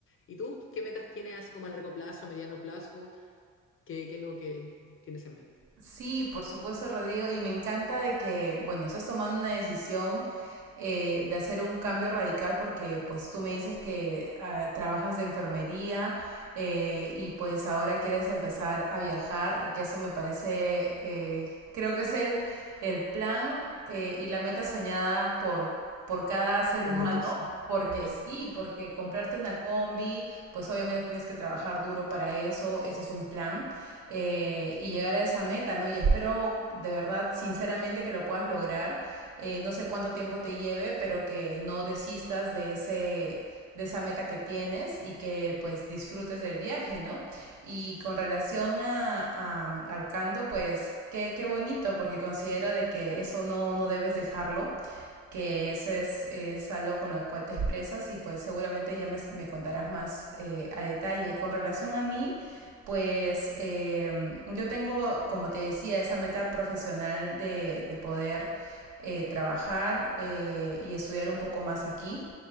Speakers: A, on the left; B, on the right.
A: ¿Y tú qué metas tienes así como a largo plazo, mediano plazo? ¿Qué, qué es lo que tienes en mente?
B: Sí, por supuesto, Rodrigo, y me encanta de que, bueno, estás tomando una decisión eh, de hacer un cambio radical porque pues tú me dices que ah, trabajas de enfermería eh, y pues ahora quieres empezar a viajar y que eso me parece, eh, creo que es el, el plan eh, y la meta soñada por, por cada ser
A: Por
B: humano.
A: muchos.
B: Porque
A: <laughs>
B: sí, porque comprarte una combi, pues obviamente tienes que trabajar duro para eso, ese es un plan eh, y llegar a esa meta, ¿no? Y espero de verdad, sinceramente, que lo puedas lograr. Eh, no sé cuánto tiempo te lleve, pero que no desistas de ese de esa meta que tienes y que pues disfrutes del viaje, ¿no? Y con relación a, a- al canto, pues qué, qué bonito, porque considero de que eso no, no debes dejarlo que eso es, es algo con lo cual te expresas y pues seguramente ya me, me contarás más eh, a detalle. Con relación a mí, pues em, yo tengo, como te decía, esa meta profesional de, de poder eh, trabajar eh, y estudiar un poco más aquí.